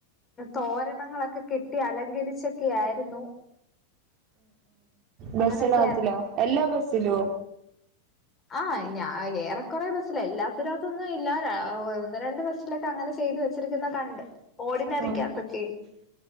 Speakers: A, on the left (about 20°); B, on the right (about 35°).
A: തോരണങ്ങളൊക്കെ കെട്ടി അലങ്കരിച്ചൊക്കെ ആയിരുന്നു അങ്ങനൊക്കെ
B: ബസിനകത്തിലോ
A: ആയിരുന്നു
B: എല്ലാ ബസിലോ
A: ആഹ ഞാൻ ആ ഏറെക്കറെ ബസ്സില എല്ലാത്തിനകത്തൊന്നും ഇല്ല ഒന്ന് രണ്ട് ബസ്സിലൊക്കെ അങ്ങനെ ചെയ്ത് വെച്ചിരിക്കുന്ന കണ്ട് ഓടിനറിക്കാത്തൊക്കെ
B: ആഹ്